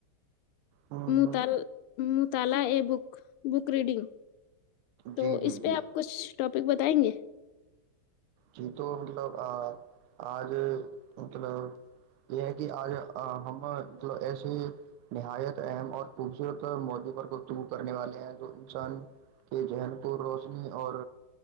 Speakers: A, on the right; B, on the left.
A: ہوں
B: م
A: ہوں
B: تال <unintelligible> مطالعہ ا بک بک ریڈنگ تو
A: جی جی
B: اس پہ
A: جی
B: آپ کچھ ٹاپ ک بتائیں گے
A: جی تو مطلب آج مطلب یہ ہے کہ آج ہمل ایسے نہایت اہم اور خوبصورت موضوع پر گفتگو کرنے والے ہیں جو انسان کے ذہن کو روشنی اور